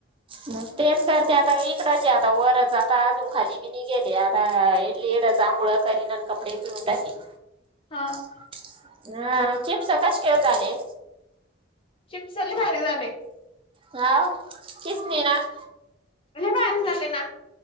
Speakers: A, on the right; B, on the left.
A: म तेच करते आता इकडंच आहे आता वरच आता अजून खाली. इथेच येथे आता ईथलेइथेच आंगुळ कारीन कपडे पिळून टाकीन
B: हा
A: हो चिप्स कसे काय झाले.
B: चिस्प लय भारी झाले
A: हो किसणीनं
B: नाही भारी झाले ना